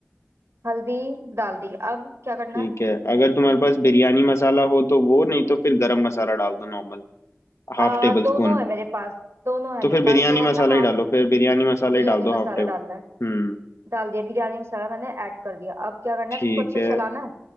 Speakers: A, on the right; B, on the left.
A: हल्दी डाल दी अब क्या करना
B: ठीक
A: है
B: है अगर तुम्हारे पास बिरयानी मसाला हो तो वो नहीं तो फिर गरम मसाला डाल दो नॉर्मल हाफ
A: आ,
B: टेबल
A: दोनों
B: स्पून
A: है मेरे पास दोनों है
B: तो
A: मेरे
B: फिर बिरयानी
A: पास तो
B: मसाला
A: हम ना
B: ही
A: हाफ
B: डालो फिर बिरयानी मसाला
A: बिरयानी
B: ही डाल दो
A: मसाला
B: हाफ टेबल
A: डालना है
B: हम्म
A: डाल दिया बिरयानी मसाला मैंने ऐड कर दिया अब क्या करना
B: ठीक
A: है इसको अच्छे
B: है
A: से चलाना है